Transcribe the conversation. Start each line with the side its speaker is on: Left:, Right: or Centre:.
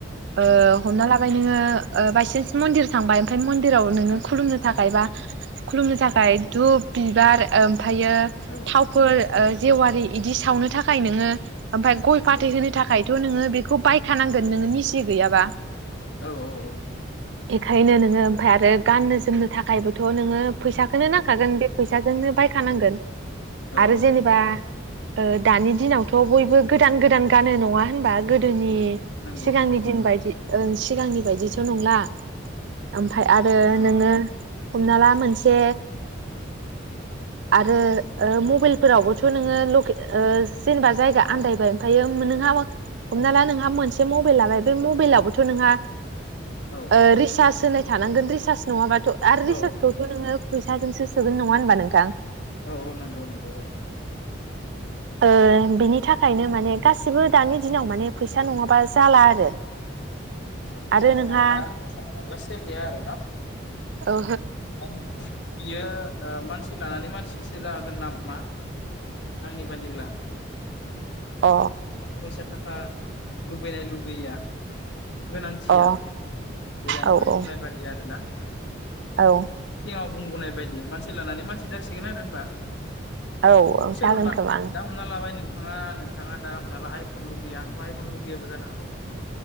Right: ओ
Left: औ
Right: हमना लाबाय नोङो ओ बायसेन्स मण्डिर थांबाय ओमफाय मोन राव नोङो
Left: औ
Right: खुलुमनो थाखाय बा खुलुमनो थाखाय
Left: औ
Right: धुप बिबार ओम ओमफायो
Left: औ
Right: थावफोर ओ जेवारि इदि सावनो थाखाय नोङो ओमफाय गय फाथै
Left: औ
Right: होनो थाखाय थ' नोङो बेखौ बायखानांगोन नोङो निसि गैयाबा।
Left: औ औ औ।
Right: बेखायनो नोङो ओमफाय आरो गाननो जोमनो थाखायबोथ' नोङो फैसाखोनो
Left: औ
Right: नांखागोन बे फैसाजोंनो बायखानांगोन
Left: औ
Right: आरो जेनेबा
Left: औ
Right: ओ दानि दिनावथ' बयबो गोदान गोदान गानो नङा होनबा गोदोनि
Left: नंगौ
Right: सिगांनि
Left: नंगौ
Right: दिन
Left: औ
Right: बादि ओ सिगांनि बायदिथ' नंला ओम फाय आरो
Left: औ
Right: नोङो हमना ला मोन से आरो ओ मबेलफोरावबोथ' नोङो ओ जेनेबा जायगा
Left: औ
Right: आन्दायबाय ओमफायो नोंहा हमना
Left: औ
Right: ला नोंहा मोन से मबेल लाबाय बे मबेलावबोथ' नोंहा
Left: औ
Right: ओ रिसास होननाय थानांगोन रिसार्ज नङाबा थ'आरो
Left: औ
Right: रिसार्च खौथ' नोङो फैसाजोंसो सोगोन नङा होनबा नोंथां।
Left: औ औ नोंगौ नोंगौ औ।
Right: ओ बिनि थाखायनो माने गासिबो दानि दिनाव माने फैसा नङाबा जाला आरो
Left: आदसा फैसा
Right: आरो नोंहा
Left: नङाब्ला फैसा नङाब्ला सोलिया आरो न।
Right: ओ
Left: बियो मानसि लानानै मानसिसो जागोन नामा? आंनि बादिब्ला
Right: अ
Left: थाख बैस थाख ओ लुबैनाय लुबैया। गोनांथिया
Right: अ औ
Left: जरै आं
Right: औ
Left: दहाय बुंनाय बादि आरोना।
Right: औ
Left: सिगाङाव बुंबोनाय बायदि मानसि लानानै मानसि सिगोन आरो होमबा
Right: औ औ जागोन
Left: सोरबा
Right: खोमा
Left: दा हमना लाबाय नों नोंथाङा नोंथाङा दा हमना ला आइफन लुगैयो आंथ' आइफन लुैयाबो जानो हागौ।